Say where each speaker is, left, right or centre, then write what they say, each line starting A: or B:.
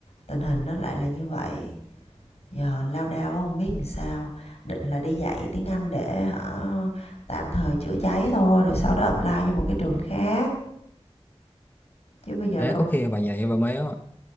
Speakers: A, on the left (about 90°); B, on the left (about 20°).
A: tình hình nó lại là như vậy. Giờ lao đao quá không biết làm sao, định là đi dạy tiếng Anh để hả, tạm thời chữa cháy thôi rồi sau đó apply cho một cái trường khác, chứ bây giờ
B: Ê,
A: đâu
B: có khi bà dạy bà mê á